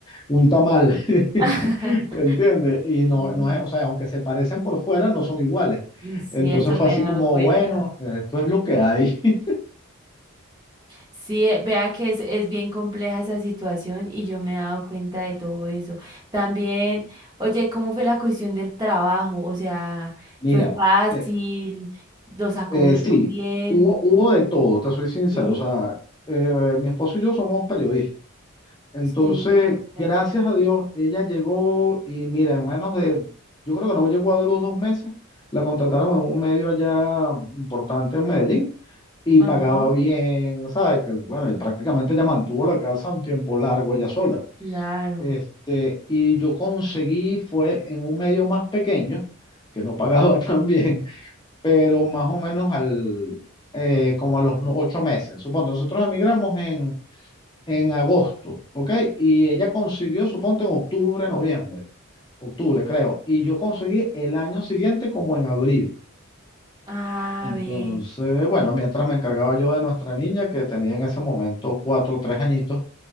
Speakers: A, on the left; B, on the right.
A: un tamal, <laughs>
B: <laughs>
A: ¿entiendes? Y no,
B: Mm.
A: no es, o sea, aunque se parecen por fuera, no son iguales.
B: Mm, Sí,
A: Entonces
B: eso
A: fue
B: me
A: así
B: he dado
A: como,
B: cuenta.
A: bueno, esto es lo que hay. <laughs>
B: Sí, eh, vea que es, es bien compleja esa situación y yo me he dado cuenta de todo eso. También, oye, ¿cómo fue la cuestión del trabajo? O sea,
A: Mira,
B: ¿fue fácil?
A: eh,
B: ¿Los acogieron
A: eh, sí,
B: bien?
A: hubo, hubo de todo, te soy sincero.
B: Sí,
A: O sea, eh, mi esposo y yo somos periodistas. Entonces,
B: sí, tan
A: gracias
B: chévere.
A: a Dios, ella llegó y mira, en menos de, yo creo que no llegó a los dos meses, la contrataron en un medio allá importante en Medellín y
B: Ajá,
A: pagaba bien, ¿sabes? Que bueno, y prácticamente ella mantuvo la casa un tiempo largo ella sola.
B: claro.
A: Este, y yo conseguí, fue en un medio más pequeño, que no pagaba <laughs> tan bien, pero más o menos al, eh, como a los no- ocho meses. Supongo, nosotros emigramos en en agosto, ¿ok? Y ella consiguió, suponte, en octubre, noviembre, octubre creo, y yo conseguí el año siguiente como en abril.
B: Ah,
A: Entonces,
B: ve.
A: bueno, mientras me encargaba yo de nuestra niña, que tenía en ese momento cuatro o tres añitos,